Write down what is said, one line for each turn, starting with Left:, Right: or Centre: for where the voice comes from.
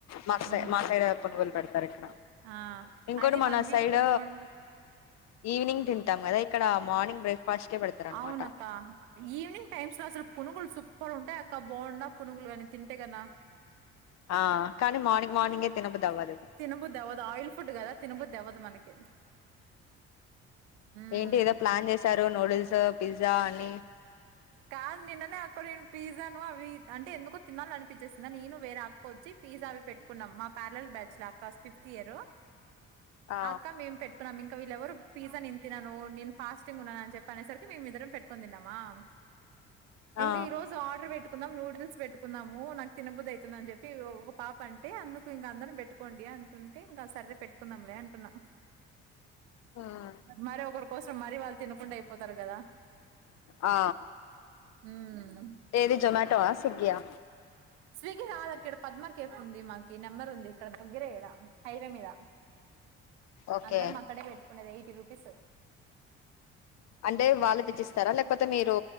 Left: మాకు సై
Right: మ్మ్
Left: మా సైడ్ పురుగులు పెడతారు ఇక్కడ
Right: ఆ
Left: ఇంకోటి
Right: అది
Left: మన
Right: one week
Left: side
Right: bonda
Left: evening తింట. తింటాం కదా. ఇక్కడ మార్నింగ్ బ్రేక్ఫాస్ట్ కే పెడతారు అనమాట
Right: అవును అక్క ఈవినింగ్ టైమ్స్ లో అసలు పునుగులు సూపర్ ఉంటాయి అక్కా బోండా పునుగులు కాని. తింటేగనా.
Left: ఆ కానీ మార్నింగ్ మార్నింగే తినబుద్ధి అవ్వదు. ఇది
Right: తినబుద్ధి అవ్వదు, ఆయిల్ ఫుడ్ కదా తినబుద్ధి అవ్వదు మనకి. <inaudible> మ్మ్
Left: ఏంటి ఏదో ప్లాన్ చేసారు నూడిల్స్. పిజ్జా అని
Right: కాదు నిన్ననే, అక్కా నేను పిజ్జాను అవి అంటే ఎందుకో తినాల అనిపించేసిందా నేను వేరే అక్కా వచ్చి పిజ్జా అవి పెట్టుకున్నాం మా ప్యారల్ బ్యాచ్ల అక్క ఫిఫ్త్ ఇయర్.
Left: ఆ
Right: అక్కా! మేము పెట్టుకున్నాం ఇంకా. వీళ్ళ ఎవరు పిజ్జా నేను తినను ఫాస్టింగ్ ఉన్నాను అని చెప్పేసరికి మేమిద్దరం పెట్టు కకందినవా <unintelligible> ఇంక
Left: ఆ
Right: ఈ రోజు ఆర్డర్ పెట్టు పెట్టుకున్నామ్ నూడిల్స్ పెట్టుకున్నాము. నాకు తిన బుద్ధివుతుంది అవుతుంది అని చెప్పి ఒక పాప అంటే అందుకు ఇంక అందరం పెట్టుకోండి అంటుంటే ఇంకా సరే పెట్టుకుందంలే అంటున్నా.
Left: ఉమ్
Right: మరి ఒకరు కోసరం, మరీ వాళ్లు తినకుండా అయిపోతారు కదా!
Left: ఆ
Right: ఉమ్
Left: ఏది జోమేటో ఆ సిగయా?
Right: స్విగి రాదక్క ఇక్కడ పద్మ కేఫ్ ఉంది. మాకి నెంబర్ ఉంది ఇక్కడ దగ్గర ఇక్కడ హైవే మీద.
Left: ఓకే
Right: అందరం అక్కడే పెట్టుకునేది ఎయిటీ రూ. పస <unintelligible>
Left: అంటే వాళ్ళు తెచ్చిస్తారా లేకపోతే మీరు.